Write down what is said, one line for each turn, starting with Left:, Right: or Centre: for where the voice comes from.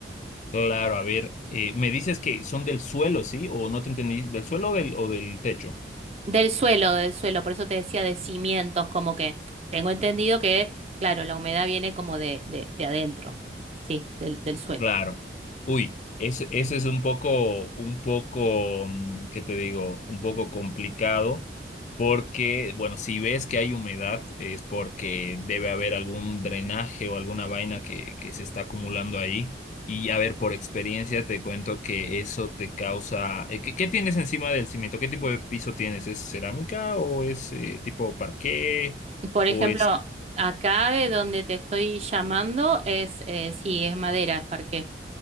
Left: Claro, a ver, eh, me dices que son del suelo, ¿sí? O no te entendí, ¿del suelo o del, o del techo?
Right: Del suelo, del suelo, por eso te decía de cimientos, como que tengo entendido que, claro, la humedad viene como de, de, de adentro, sí, del, del suelo.
Left: Claro. Uy, eso, eso es un poco, un poco, mm, ¿qué te digo? Un poco complicado porque, bueno, si ves que hay humedad es porque debe haber algún drenaje o alguna vaina que, que se está acumulando ahí. Y a ver, por experiencia te cuento que eso te causa... eh, ¿Qué, qué tienes encima del cimiento? ¿Qué tipo de piso tienes? ¿Es cerámica o es eh, tipo parqué
Right: Por ejemplo,
Left: o es
Right: acá de donde te estoy llamando es, eh, sí, es madera, es parqué.